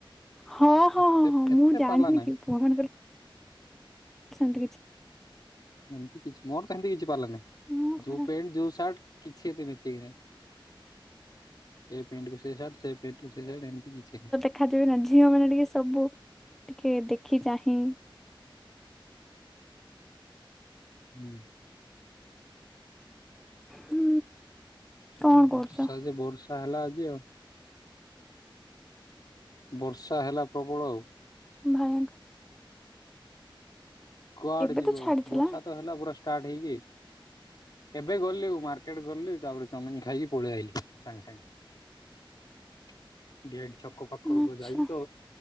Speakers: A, in the centre; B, on the left.
A: ହଁ ହଁ
B: ଏତେ
A: ହଁ ହଁ।
B: ଏତେ
A: ମୁଁ ଜାଣିନି
B: ପାଲା ନାହିଁ
A: କି, ପୁଅ କଣଙ୍କ ସେମିତି କିଛି
B: ଏମିତି କିଛି, ମୋର ତ ଏମିତି କିଛି ପାଲା ନାହିଁ।
A: ହଁ ପରା
B: ଯୋଉ ପ୍ୟାଣ୍ଟ ଯୋଉ ସାର୍ଟ କିଛି ଏତେ ମଚେଇକି ନାହିଁ। ଏ ପେଣ୍ଟ କୋ ସେ ସାର୍ଟ, ସେ ପେଣ୍ଟ କୁ ସେ ସାର୍ଟ ଏମିତି କିଛି ନାହିଁ।
A: ଦେଖାଯିବେନା। ଝିଅ ମାନେ ଟିକେ ସବୁ ଟିକେ ଦେଖି ଚାହିଁ
B: ହୁଁ।
A: ହୁଁ। କଣ
B: ବର୍ଷା
A: କରୁଛ
B: ଯେ ବର୍ଷା ହେଲା ଆଜି ଆଉ। ବର୍ଷା ହେଲା ପ୍ରବଳ ଆଉ।
A: ଭୟଙ୍କ
B: କୁଆଆଡେ
A: ଏବେ
B: ଯିବ।
A: ତ ଛାଡିଥିଲା
B: ବର୍ଷା ତ ହେଲା ପୁରା ଷ୍ଟାର୍ଟ ହେଇକି। ଏବେ ଗଲି। ମାର୍କେଟ ଗଲି, ତାପରେ ଚମିନ ଖାଇକି ପଳେଇ ଆଇଲି। ସାଙ୍ଗେ ସାଙ୍ଗେ। <unintelligible> ଛକ ପାଖରକୁ
A: ଆଚ୍ଛା
B: ଯାଇକି ତ,